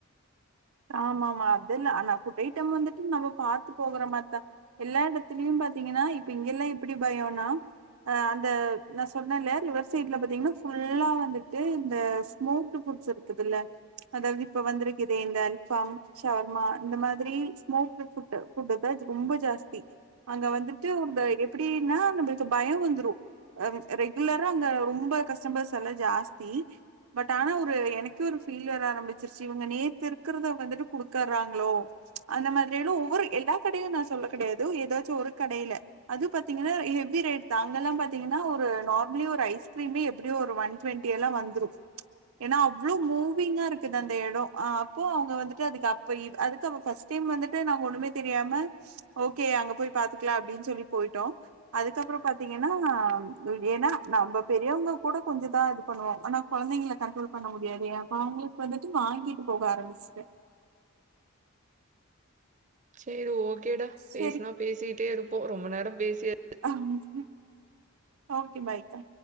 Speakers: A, on the right; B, on the right.
A: ஆமா ஆமா அதெல்லா ஆனா ஃபுட் ஐட்டம் வந்துட்டு நம்ம பாத்து போகுற மாத்தா எல்லா எடத்திலயு பாத்தீங்கனா இப்ப இங்கெல்லா எப்டி பயோனா அ அந்த நா சொன்னேல ரீவர் சைட்ல பாத்தீங்கனா ஃபுல்லா வந்துட்டு இந்த ஸ்மோக்டு ஃபுட்ஸ் இருக் க்கிதுல்ல அதாவது இப்ப வந்திருக்கேதுதே இந்தன் ஃபம் ஷவர்மா இந்த மாதிரி ஸ்மோக்டு ஃபுட்டு ஃபுட் இப்பஜ் ரொம்ப ஜாஸ்தி அங்க வந்துட்டு ஒரு ப எப்டினா நம்மளுக்கு பய வந்துரு அ ம் ரெகுலரா அந்த ரொம்ப கஸ்டமர்ஸ் எல்லா ஜாஸ்தி பட் ஆனா ஒரு எனக்கே ஒரு ஃபீல் வர ஆரம்பிச்சிருச்சு இவுங்க நேத்து இருக் க்றத வந்துட்டு குடுக்கறாங்களோ அந்த மாதிரிலு ஒவ்வொரு எல்லா கடையு நா சொல்ல கெடையாது ஏதாச்சு ஒரு கடைல அது பாத்தீங்ன்னா ஹெவி ரேட் தா அங்கெலா பாத்தீங்கனா ஒரு நார்மலி ஒரு ஐஸ்கிரீமே எப்டியு ஒரு ஒன் ட்வெண்டி எல்லா வந்துரு ஏனா அவ்ளோ மூவிங்கா இருக்குது அந்த எடோ அ ப் ப்போ அவுங்க வந்துட்டு அதுக்கு அப்ப ஈப் அதுக்கு அவ ஃபஸ்ட்டு டைம் வந்துட்டு நாங்க ஒன்னுமே தெரியாம ஓகே அங்க போய் பாத்துக்லா அப்டினு சொல்லி போயிட்டோ அதுக்கப்பறோ பாத்தீங்கனா புல் ஏனா நம்ம பெரியவங்க கூட கொஞ்சதா இது பண்ணுவோ ஆனா கொழந்தைங்கள கண்ட்ரோல் பண்ண முடியாது அப்ப அவுங்களுக்கு வந்துட்டு வாங்கிட்டு போக ஆரம்பிச்ட்டே
B: சேரி ஓகேடா பேசுனா
A: சரி
B: பேசிகிட்டே இருப்போ ரொம்ப நேரோ பேசியாச்
A: அம்கு ஓகே பாய்க்கா